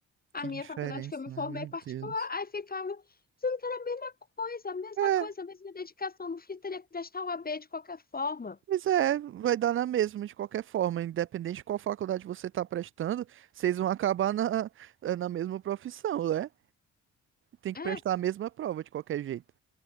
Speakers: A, on the left; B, on the right.
A: A
B: que
A: minha
B: diferença,
A: faculdade que eu me
B: né?
A: formei
B: Meu
A: é particular,
B: Deus.
A: aí ficava dizendo que era a mesma coisa, a mesma
B: É.
A: coisa, a mesma dedicação. No fim, teria que prestar o A B de qualquer forma.
B: Pois é, vai dar na mesma de qualquer forma, independente de qual faculdade você está prestando, vocês vão acabar na, eh, na mesma profissão, né? Tem que
A: É,
B: prestar a mesma prova de qualquer jeito.